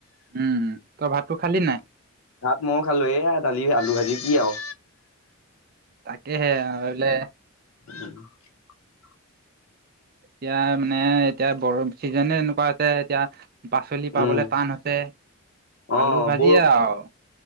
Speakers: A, on the right; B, on the left.
A: উম তই ভাতটো খালি নাই
B: ভাত ময় খালো এয়া দালি আলু ভাজি কি আৰু
A: তাকেহে বলে
B: হয়
A: এতিয়া মানে এতিয়া বৰ চিজনে এনেকুৱা আছে এতিয়া পাচলি পাবলৈ
B: উম
A: টান হৈছে
B: অ
A: আলু ভাজি
B: বৰ
A: আৰু